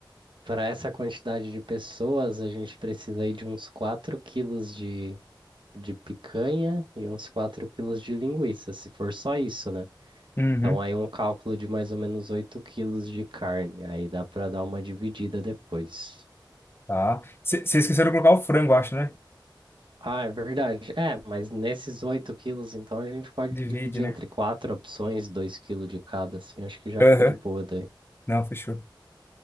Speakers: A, on the right; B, on the left.
A: Para essa quantidade de pessoas, a gente precisa aí de uns 4 quilos de, de picanha e uns 4 quilos de linguiça, se for só isso, né?
B: Uhum.
A: Então aí um cálculo de mais ou menos 8 quilos de carne. Aí dá para dar uma dividida depois.
B: Tá. Vocês esqueceram de colocar o frango, acho, né?
A: Ah, é verdade. É, mas nesses 8 quilos, então, a gente pode
B: Divide,
A: dividir
B: né?
A: entre quatro opções, 2 quilos de cada, assim, acho que já
B: Aham.
A: fica de boa daí.
B: Não, fechou.